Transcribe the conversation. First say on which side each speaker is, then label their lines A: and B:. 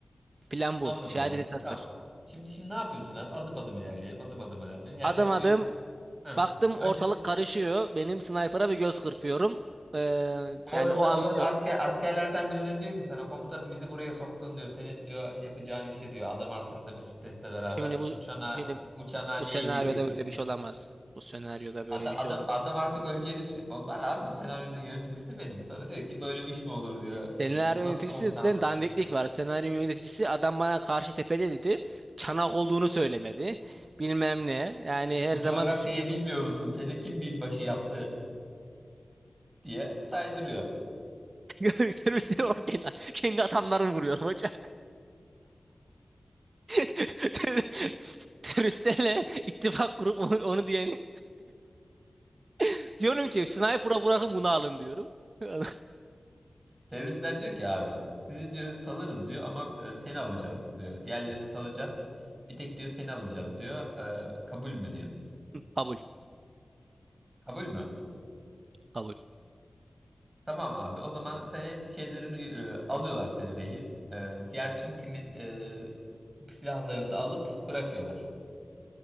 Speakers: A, on the right; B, on the right.
A: Plan bu.
B: Anladım
A: Şehadet
B: abi.
A: esastır.
B: Tamam. Şimdi şimdi ne yapıyorsun abi? Adım adım ilerleyelim. Adım adım ilerleyelim. Yani
A: Adım adım
B: bir heh.
A: baktım
B: Önce
A: ortalık karışıyor. Benim sniper'a bir göz kırpıyorum. Ee,
B: orada
A: yani o anlıyor.
B: orada asker askerlerden biri de diyor ki sana komutanım bizi buraya soktun diyor. Senin diyor yapacağın işe diyor. Adam artık tabii stresle beraber
A: Şimdi bu
B: bu çana
A: şimdi
B: bu çanhaneye
A: bu senaryoda
B: girdik biz.
A: böyle bir şey olamaz. Bu senaryoda
B: Adam,
A: böyle bir şey
B: adam,
A: olmaz.
B: adam artık öleceğini düşünüyor. O var abi bu senaryonun yöneticisi benim. Sana diyor ki böyle bir iş mi olur diyor.
A: Senaryo
B: Bu nasıl
A: yöneticisinden
B: komutanlık?
A: dandiklik var. Senaryo yöneticisi adam bana karşı tepede dedi. Çanak olduğunu söylemedi. Bilmem ne. Yani her
B: Bu
A: zaman
B: coğrafyayı
A: bir sürpriz
B: bilmiyor musun? Seni kim binbaşı yaptı diye saydırıyor.
A: <laughs> Teröristleri olarak kendi, kendi adamlarımı vuruyorum hocam. <laughs> Ter- Teröristlerle ittifak kurup onu, onu diyeni <laughs> diyorum ki sniper'a bırakın bunu alın diyorum. <laughs>
B: Teröristler diyor ki abi sizi diyor salırız diyor ama e, seni alacağız diyor. Diğerlerini salacağız. Bir tek diyor seni alacağız diyor. E, kabul mü diyor.
A: Kabul.
B: Kabul mü?
A: Kabul.
B: Tamam abi o zaman seni şeylerini e, alıyorlar seni rehin. E, diğer tüm timin e, silahlarını da alıp bırakıyorlar.